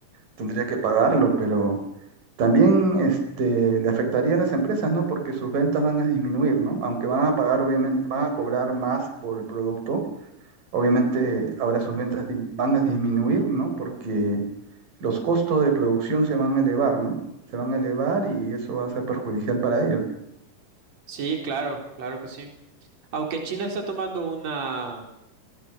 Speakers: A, on the right; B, on the right.
A: Tendría que pagarlo, pero también, este, le afectaría a las empresas, ¿no? Porque sus ventas van a disminuir, ¿no? Aunque van a pagar, obviamente, van a cobrar más por el producto, obviamente ahora sus ventas di- van a disminuir, ¿no? Porque los costos de producción se van a elevar, ¿no? Se van a elevar y eso va a ser perjudicial para ellos.
B: Sí, claro, claro que sí. Aunque China está tomando una,